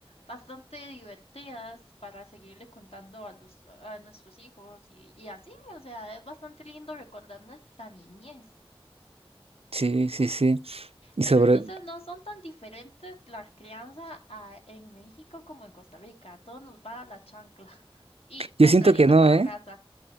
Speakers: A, on the left; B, on the right.
A: bastante divertidas para seguirle contando a los, a nuestros hijos y, y así, o sea, es bastante lindo recordar nuestra niñez.
B: Sí, sí, sí. Y
A: Pero
B: sobre...
A: entonces no son tan diferentes la crianza a- en México como en Costa Rica. A todos nos va la chancla. <laughs> Y tempranito
B: Yo siento que no,
A: para
B: ¿eh?
A: la casa.